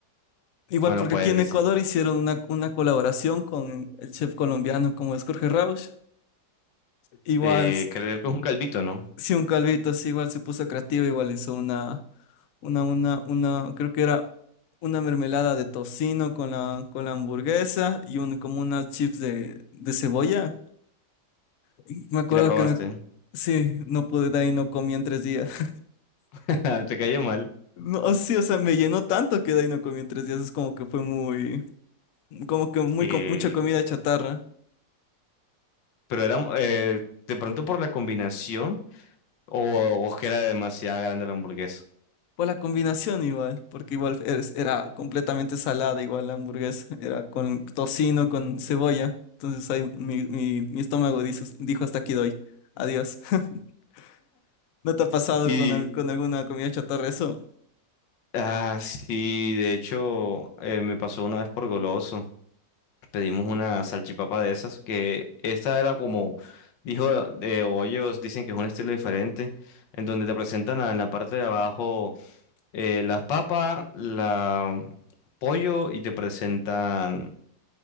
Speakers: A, on the left (about 60°); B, on the left (about 85°).
A: Igual
B: Bueno,
A: porque
B: pues
A: aquí en
B: que
A: Ecuador
B: sí.
A: hicieron una, una colaboración con el chef colombiano como es Jorge Rauch. Igual,
B: Eh, creo que es <laughs> un calvito, ¿no?
A: si un calvito así, igual se puso creativo, igual hizo una, una, una, una, creo que era una mermelada de tocino con la, con la hamburguesa y un, como unas chips de, de cebolla. Y me acuerdo
B: Si la probaste.
A: que me, sí, no pude, de ahí no comí en tres días. <laughs>
B: <laughs> Te cayó mal.
A: No, sí, o sea, me llenó tanto que de ahí no comí en tres días. Es como que fue muy, como que muy,
B: Que...
A: co- mucha comida chatarra.
B: Pero era eh, de pronto por la combinación o, o que era demasiado grande la hamburguesa.
A: Por la combinación igual, porque igual es- era completamente salada, igual la hamburguesa, era con tocino, con cebolla. Entonces ahí mi, mi, mi estómago dijo, dijo hasta aquí doy. Adiós. <laughs> ¿No te ha pasado
B: Y
A: con, al- con alguna comida chatarra eso?
B: ah, sí, de hecho, eh, me pasó una vez por Goloso. Pedimos una salchipapa de esas, que esta era como, dijo, de o ellos dicen que es un estilo diferente, en donde te presentan a- en la parte de abajo. eh, las papas, la pollo y te presentan